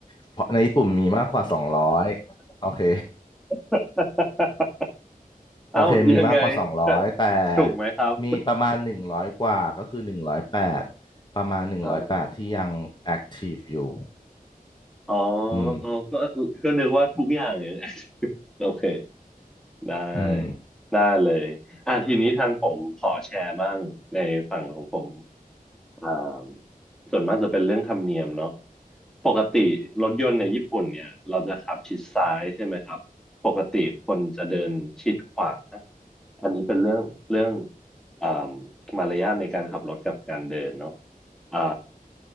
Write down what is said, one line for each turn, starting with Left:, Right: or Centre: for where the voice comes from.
Left: เพราะในญี่ปุ่นมีมากกว่าสองร้อยโอเค
Centre: <laughs> เอ้ายังไงจะ
Left: โอเคมีมากกว่าสองร้อยแต่
Centre: ถูกไหมครับ
Left: มีประมาณหนึ่งร้อยกว่าก็คือหนึ่งร้อยแปดประมาณหนึ่งร้อยแปดที่ยังแอคทีฟอยู่
Centre: เอออ๋อ
Left: อืม
Centre: อ๋อก็ก็นึกว่าทุกอย่างเนี่ย <laughs> โอเค ได้
Left: อืม
Centre: ได้เลยอ่ะทีนี้ทางผมขอแชร์บ้างในฝั่งของผมอ่าส่วนมากจะเป็นเรื่องธรรมเนียมเนาะปกติรถยนต์ในญี่ปุ่นเนี่ยเราจะขับชิดซ้ายใช่ไหมครับปกติคนจะเดินชิดขวาอันนี้เป็นเรื่องเรื่องอ่ามารยาทในการขับรถกับการเดินเนาะอ่า